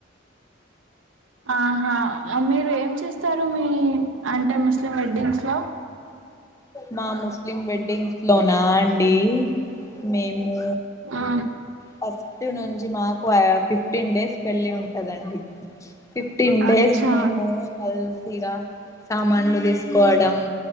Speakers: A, on the right; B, on the left.
A: ఆహా మీరు ఏం చేస్తారు మీ అంటే ముస్లిం వెడ్డింగ్స్ లో
B: మా ముస్లిం వెడ్డింగ్స్ లోనా అండి మేము
A: ఆ
B: ఫస్ట్ నుంచి మాకు ఫిఫ్టీన్ డేస్ పెళ్లి ఉంటదండి ఫిఫ్టీన్ డే
A: అచ్చా
B: చేస్తు మేము కలిసిగా సామాన్లు తీసుకోవడం